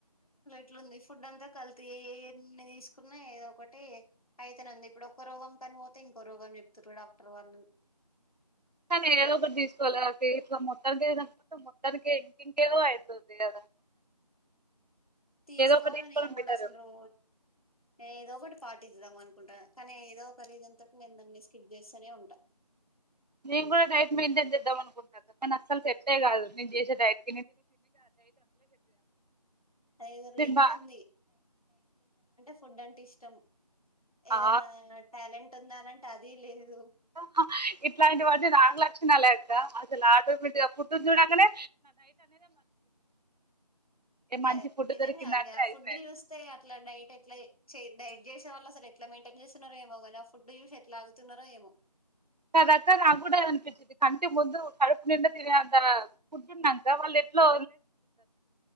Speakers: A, on the left; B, on the right.
A: అట్లుంది ఫుడ్ అంతా కల్తీ ఏ ఏ ఏ ఎన్ని తీసుకున్న ఏదో ఒకటి అయితేనే ఉంది ఇప్పుడు ఒక్క రోగం కని పోతే ఇంకో రోగం చెప్తుారు డాక్టర్ వాళ్ళు
B: కానీ ఏదో ఒకటి తీసుకోవాలి కద అక్క ఇట్లా మొత్తానిక్ తినక్ పోతే మొత్తానికే ఇం ఎదో అయితది కద
A: తీసుకోవాలా
B: ఒకటి తీసుకోవడం
A: నేను కూడా
B: బెటర్
A: అసలు రో ఏదో ఒకటి పడ్ ఇద్దాం అనుకుంట కానీ ఏదో ఒక రీజన్ తోట్ నేను దాన్ని స్కిప్ చేస్తూనే ఉంటా
B: నేను కూడా డైట్ మెయింటేన్ చేద్దాం అనుకుంటున అక్క కానీ అస్సలు సే అంతే కాదు నేను చేసే డైట్
A: అద్ ఎదో రీల్
B: నేను బా
A: ఫుడ్ అంటే ఇష్టం ఏదన్నా
B: ఆ
A: ట్యాలెంట్ టున్న నంటే అది లేదు
B: ఆ హ ఇట్లాంటి వన్ని నాలుగు లక్షణాలే అక్క క అసల్ ఆటోమేటి పుట్ చూడంగనే ఏ
A: ట్యా
B: మంచి ఫుడ్
A: నిజంగా
B: దొరికిందంటే
A: ఇంగ ఆ
B: అయిపోయా
A: ఫుడుని చూస్తే అట్లా డైట్ ఎట్లా చే డైట్ చేసేవాళ్ళు అసలు ఎట్లా మెయింటైన్ చేస్తున్నారో ఏమో కానీ ఆ ఫుడ్ చూసి ఎట్లా ఆగుతున్నారో ఏమో
B: కదక్క నా కూడా అది అనిపిచిది కంటి ముందు కడుపు నిం ఫుడ్డున్ నంక వాళ్ళు ఎట్లో